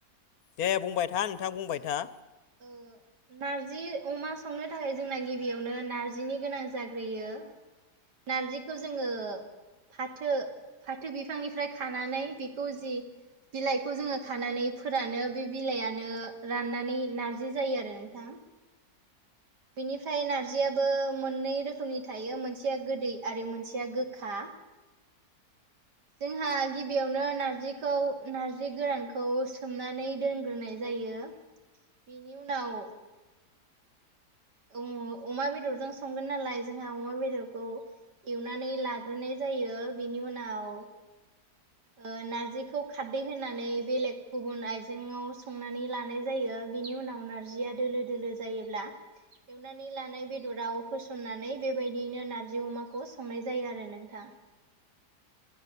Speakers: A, on the left (about 65°); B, on the right (about 80°).
A: दे बुंबाय था नोंथां बुंबाय था
B: औ नारजि अमा संनो थाखाय जोंना गिबियावनो नार्जिनि गोनां जाग्रोयो नारजिखौ जोङो फाथो फाथो बिफांनिफ्राय खानानै बेखौ जि बिलाइखौ जोङो खानानै फोरानो बे बिलाइानो राननानै नारजि जायो आरो नोंथाङा बेनिफ्राय नारजियाबो मोननै रोखोमनि थायो मोनसेया गोदै आरो मोनसेया गोखा जोंहा गिबियावनो नारजिखौ नार्जि गोरानखौ सोमनानै दोनग्रोनाय जायो। बेनि उनाव अमा बेदरजों संगोन नालाय जोंहा अमा बेदरखौ एवनानै लाग्रोनाय जायो बेनि उनाव ओ नारजिखौ खारदै होनानै बेलेग गुबुन आइजेंआव संनानै लानाय जायो। बिनि उनाव नारजिया दोलो दोलो जायोब्ला एवनानै लानाय बेदराव होसननानै बेबायदियैनो नारजि अमाखौ संनाय जायो आरो नोंथां